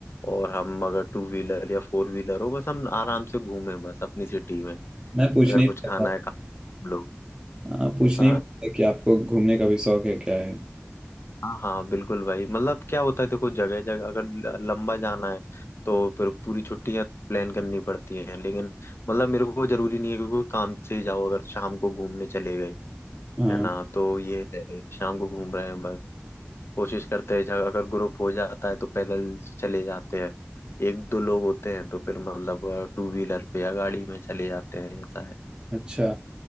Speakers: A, on the left; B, on the right.
A: और हम अगर टू व्हीलर या फोर व्हीलर हो बस हम आराम से घूमें बस अपनी सिटी में
B: मैं पूछने
A: अगर
B: ही
A: कुछ खाना
B: वाला
A: है खा हम लोग
B: था हाँ, पूछने
A: हाँ
B: ही वाला था कि आपको घूमने का भी शौक है क्या है
A: हाँ हाँ बिल्कुल भाई मतलब क्या होता है देखो जगह जगह अगर ल- लंबा जाना है तो फिर पूरी छुट्टियां प्लान करनी पड़ती हैं लेकिन मतलब मेरे को जरूरी नहीं है क्योंकि काम से ही जाओ अगर शाम को घूमने चले गए
B: हाँ
A: है ना तो ये है, शाम को घूम रहे हैं बस कोशिश करते हैं जहाँ- अगर ग्रुप हो जाता है तो पैदल चले जाते हैं एक दो लोग होते हैं तो फिर मतलब टू व्हीलर पे या गाड़ी में चले जाते हैं ऐसा है
B: अच्छा